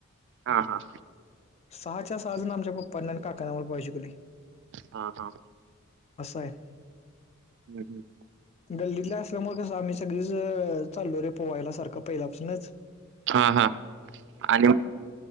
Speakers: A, on the right; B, on the left.
A: हा हा
B: सहाच्या सहाजण आमच्या पप्पांन आणि काकांन आम्हाला पोहायला शिकवलय
A: हा हा
B: आहे
A: हू हू
B: गल्लीतल असल्यामूळ कसं आम्ही सगळीच चालो रे पोहायला सारखं पहिल्यापासनच
A: हा हा आणि